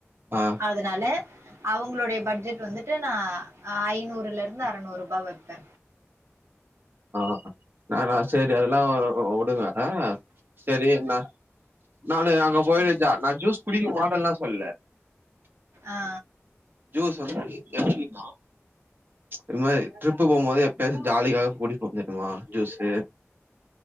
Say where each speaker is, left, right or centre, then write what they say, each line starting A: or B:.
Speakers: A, on the right; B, on the right.
A: ஆ
B: அதுனால அவங்களுடைய பட்ஜெட் வந்துட்டு நா ஐநூறுலே இருந்து அறநூறுபா வைப்பே
A: ஆ நானா சரி அதெல்லா வுடுங்க ஆ சரி நா நானு அங்க போயிட்டு ஜ நா ஜூஸ் குடிக்க மாட்டேன்லா சொல்ல
B: ஆ
A: ஜூஸ் வந்து எப்டினா இந் மாரி ட்ரிப் போகும்போது எப்பயாச்சு ஜாலிக்காக குடிப்போ தெரியுமா ஜூஸு